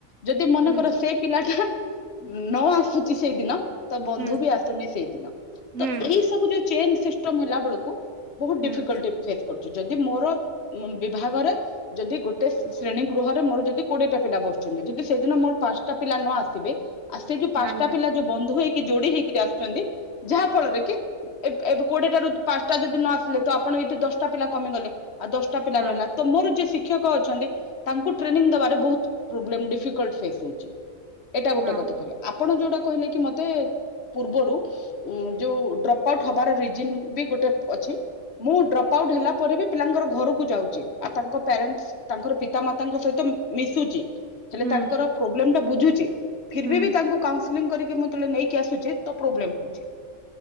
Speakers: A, on the left (about 55°); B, on the right (about 70°).
A: ଯଦି ମନେକର
B: ହୁଁ
A: ସେଇ ପିଲାଟା ନ ଆସୁଛି ସେଇଦିନ ତ ବନ୍ଧୁ
B: ହୁଁ
A: ବି ଆସୁନି ସେଇଦିନ
B: ହୁଁ
A: ତ ଏଇ ସବୁ ଯୋଉ ଚେନ ସିଷ୍ଟମ ହେଲା ବେଳକୁ ବହୁତ
B: ହୁଁ
A: ଡିଫିକଲଟ ଫେସ୍ କରୁଛି ଯଦି ମୋର ବିଭାଗରେ ଯଦି ଗୋଟେ ଶ୍ରେଣୀ ଗୃହରେ ମୋର ଯଦି କୋଡିଏଟା ପିଲା ବସୁଛନ୍ତି ଯଦି ସେଦିନ ମୋର ପାଞ୍ଚଟା ପିଲା ନ ଆସିବେ ଆଉ ସେଇ ଯୋଉ ପାଞ୍ଚଟା
B: ଆଜ୍ଞା
A: ପିଲା ଯୋଉ ବନ୍ଧୁ ହେଇକି ଯୋଡି ହେଇକିରି ଆସିୁଛନ୍ତି ଯାହା ଫଳରେ କି ଏବେ ଏବେ କୋଡିଏ ଟାରୁ ପାଞ୍ଚଟା ଯଦି ନ ଆସିଲେ ତ ଆପଣ ଏଠି ଦଶଟା ପିଲା କମିଗଲେ। ଆଉ ଦଶଟା ପିଲା
B: ହଁ
A: ରହିଲା ତ ମୋର ଯିଏ ଶିକ୍ଷକ ଅଛନ୍ତି। ତାଙ୍କୁ୍ ଟ୍ରେନିଂ ଦବାରେ ବହୁତ ପ୍ରୋବ୍ଲୋମ ଡିଫିକଲ୍ଟ ଫେସ ହଉଛି। ଏଇଟା ଗୋଟେ
B: ହଁ
A: କଥା କହିଲେ। ଆପଣ ଯୋଉଟା କହିଲେ କି ମତେ ପୂର୍ବରୁ ଉଁ ଯୋଉ ଡ୍ରପ୍ ଆଉଟ୍ ହବାର ରିଜିନ ବି ଗୋଟେ ଅଛି। ମୁଁ ଡ୍ରପ୍ ଆଉଟ୍ ହେଲା ପରେ ବି ପିଲାଙ୍କର ଘରକୁ ଯାଉଛି ଆଉ ତାଙ୍କ ପ୍ୟାରେଣ୍ଟସ୍ ତାଙ୍କର ପିତା ମାତାଙ୍କ ସହିତ ମିଶୁଛି ହେଲେ
B: ହୁଁ
A: ତାଙ୍କର ପ୍ରୋବ୍ଲେମ ଟା ବୁଝୁଛି ଫିରୀ
B: ହୁଁ
A: ବି ତାଙ୍କୁ କାଉନସିଲ କରି ନେଇକି ଆସୁଛି ତ ପ୍ରୋବ୍ଲେମ ହଉଛି।